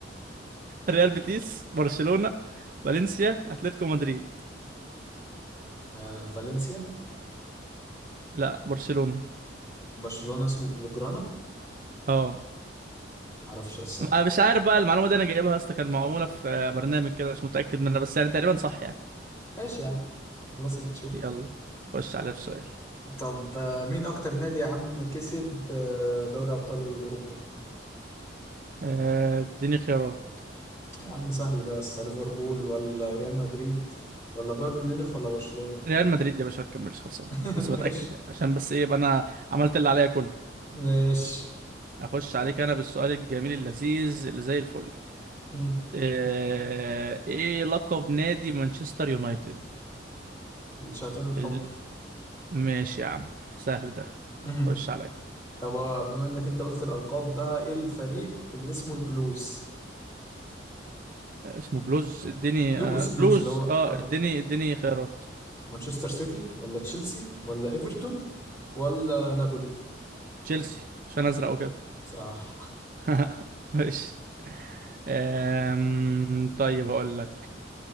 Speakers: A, on the right (about 45°); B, on the left (about 15°).
A: ريال بيتيس برشلونة فالنسيا اتلتيكو مدريد
B: آه، فالنسيا
A: لا برشلونة
B: برشلونة اسمه بلوجرانا
A: اه
B: معرفش بس والله
A: انا مش عارف بقى المعلومة دي انا جايبها يا اسطى كان معمولة في آه، برنامج كده مش متأكد منها بس يعني تقريبا صح يعني
B: ماشي يا عم خلاص اللي تشوف
A: يلا خش عليا بسؤال
B: طب آه، مين اكتر نادي يا عم كسب آه، دوري ابطال اوروبا
A: آه، اديني خيارات
B: يا عم سهل ده بس ليفربول ولا ريال مدريد ولا بايرن ميونخ ولا برشلونة
A: ريال مدريد يا باشا ما تكملش خلصان
B: <laughs>
A: بس بتأكد
B: ماشي
A: يعني عشان بس ايه يبقى انا عملت اللي عليا كله
B: ماشي
A: اخش عليك انا بالسؤال الجميل اللذيذ اللي زي الفل
B: مم.
A: ايه, إيه لقب نادي مانشستر يونايتد
B: الشياطين الحمر
A: ال... ماشي يا عم سهل ده
B: مم.
A: خش عليا
B: طب آه، بما انك انت قلت الالقاب بقى ايه الفريق اللي اسمه البلوز
A: اسمه بلوز اديني
B: بلوز
A: آه بلوز
B: بلوز اللي هو
A: اه
B: آه،
A: اديني اديني خيارات
B: مانشستر سيتي ولا تشيلسي ولا ايفرتون ولا نابولي
A: تشيلسي عشان ازرق وكده
B: صح
A: <laughs> ماشي آم... طيب هقول لك